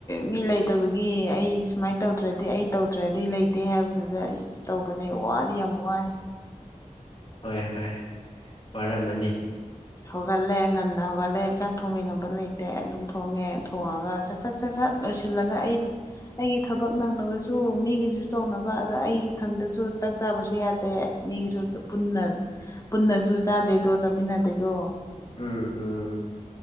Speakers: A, on the left; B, on the left.
A: ꯃꯤ ꯂꯩꯇꯕꯒꯤ ꯑꯩ ꯁꯨꯃꯥꯏꯟ ꯇꯧꯗ꯭ꯔꯗꯤ ꯑꯩ ꯇꯧꯗ꯭ꯔꯗꯤ ꯂꯩꯇ ꯇꯦ ꯍꯥꯏꯕꯗꯨꯗ ꯏꯁ ꯇꯧꯕꯅꯦ ꯋꯥꯗꯤ ꯌꯥꯝ ꯋꯥꯏ
B: ꯍꯣꯏ ꯍꯣꯏ ꯋꯥꯔꯝꯃꯅꯤ
A: ꯍꯧꯒꯠꯂꯦ ꯉꯟꯅ ꯍꯧꯒꯠꯂꯦ ꯆꯥꯛ ꯊꯣꯡꯕꯤꯅꯕ ꯂꯩꯇꯦ ꯑꯗꯨꯝ ꯊꯣꯡꯉꯦ ꯊꯣꯡꯉꯒ ꯁꯠ ꯁꯠ ꯁꯠ ꯁꯠ ꯂꯣꯏꯁꯤꯜꯂꯒ ꯑꯩ ꯑꯩꯒꯤ ꯊꯕꯛ ꯅꯪꯅꯕꯁꯨ ꯃꯤꯒꯤꯗꯨꯁꯨ ꯇꯧꯅꯕ ꯑꯗ ꯑꯩ ꯏꯊꯪꯗꯁꯨ ꯆꯥꯛ ꯆꯥꯕꯁꯨ ꯌꯥꯗꯦ ꯃꯤꯒꯤꯁꯨ ꯄꯨꯟꯅ ꯄꯨꯟꯅꯁꯨ ꯆꯥꯗꯦꯗꯣ ꯆꯥꯃꯤꯟꯅꯗꯦꯗꯣ
B: ꯎꯝ ꯎꯝ